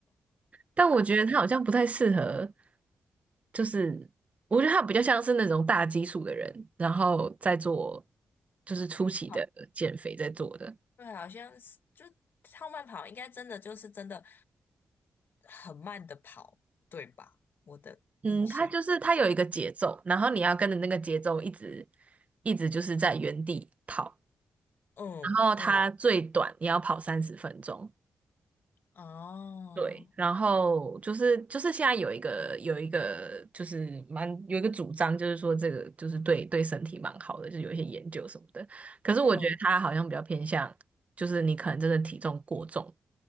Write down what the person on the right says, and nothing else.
但我觉得他好像不太适合，就是我觉得他比较像是那种大基数的人，然后再做就是初期的减肥在做的。
嗯，他就是他有一个节奏，然后你要跟着那个节奏一直一直就是在原地跑，
然后他最短你要跑三十分钟，
对，然后就是就是现在有一个有一个就是蛮有一个主张，就是说这个就是对对身体蛮好的，就是有一些研究什么的。可是我觉得它好像比较偏向，
就是你可能真的体重过重，